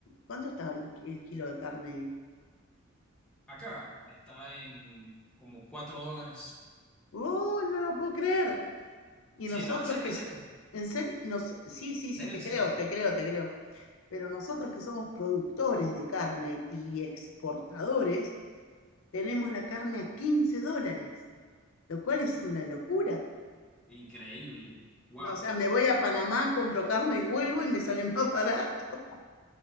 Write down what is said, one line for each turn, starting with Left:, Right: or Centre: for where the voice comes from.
Left: ¿Cuánto está el, el kilo de carne?
Centre: Acá está en como cuatro dólares.
Left: ¡Oh, no lo puedo creer! Y
Centre: Sí,
Left: nosotros
Centre: no, en serio,
Left: que,
Centre: en
Left: s-
Centre: serio. En
Left: en serio, nos- sí, sí,
Centre: serio,
Left: sí, te
Centre: en serio.
Left: creo, te creo, te creo. Pero nosotros que somos productores de carne y exportadores, tenemos la carne a quince dólares. lo cual es una locura.
Centre: Increíble. Wow.
Left: No, O sea, me voy a Panamá, compro carne y vuelvo y me sale <laughs> más barato.